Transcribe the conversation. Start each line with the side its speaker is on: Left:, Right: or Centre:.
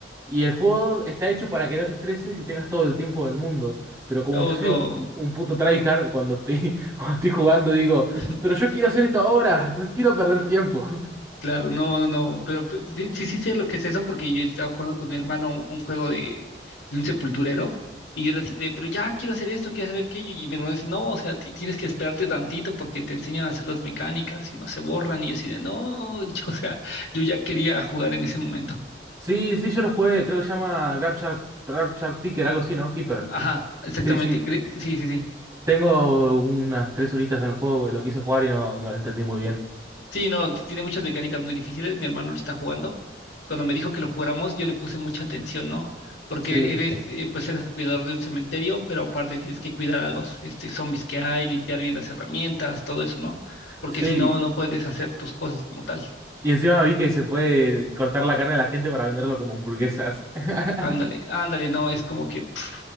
Right: Y el juego está hecho para que no te estreses y tengas todo el tiempo del mundo. Pero como
Left: Oh,
Right: yo soy
Left: no.
Right: un, un puto tryhard, cuando estoy, <laughs> cuando estoy jugando digo,
Left: <laughs>
Right: pero yo quiero hacer esto ahora. No quiero perder tiempo. <laughs>
Left: Claro, no, no, no, pero pe- sí, sí, sí sé lo que es eso porque yo estaba jugando con mi hermano un un juego de, de un sepulturero y yo decía, pero ya quiero hacer esto, quiero hacer aquello y mi hermano dice, no, o sea, ti- tienes que esperarte tantito porque te enseñan a hacer las mecánicas y no se borran y yo así de, no, <laughs> yo, o sea, yo ya quería jugar en ese momento.
Right: Sí, sí, yo lo jugué. Creo que se llama Grabshar, Grabshar Picker, algo así, ¿no? Keeper.
Left: Ajá, exactamente,
Right: Sí, sí.
Left: cre- sí, sí, sí.
Right: Tengo unas tres horitas en el juego. Lo quise jugar y no, no lo entendí muy bien.
Left: Sí, no, t- tiene muchas mecánicas muy difíciles. Mi hermano lo está jugando. Cuando me dijo que lo jugáramos, yo le puse mucha atención, ¿no? Porque
Right: Sí.
Left: eres, eh, pues eres el cuidador de un cementerio, pero aparte tienes que cuidar a los este, zombies que hay, limpiar bien las herramientas, todo eso, ¿no? Porque
Right: Sí,
Left: si no, no puedes hacer tus cosas como tal.
Right: Y encima vi que se puede cortar la carne de la gente para venderlo como hamburguesas. <laughs>
Left: Ándale, ándale, no, es como que, pf,